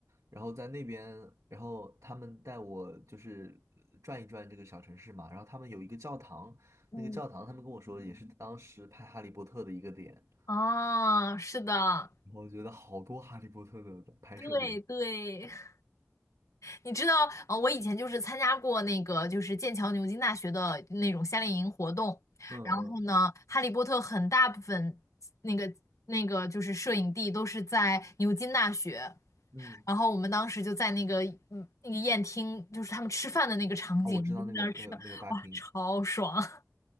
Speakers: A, on the right; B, on the left.
A: 然后在那边，然后他们带我就是呃转一转这个小城市嘛，然后他们有一个教堂，
B: 嗯，
A: 那个教堂他们跟我说也是当时拍《哈利波特》的一个点，
B: 哦，是的，
A: 然后我觉得好多《哈利波特》的拍摄点。
B: 对对，<laughs> 你知道，呃，我以前就是参加过那个，就是剑桥牛津大学的那种夏令营活动，
A: 嗯嗯
B: 然后呢，《哈利波特》很大部分那个那个就是摄影地都是在牛津大学，
A: 嗯，
B: 然后我们当时就在那个嗯那个宴厅，就是他们吃饭的那个场景，
A: 啊，我知道那个那个那个大厅，
B: 我们就在那儿吃饭，哇，超爽，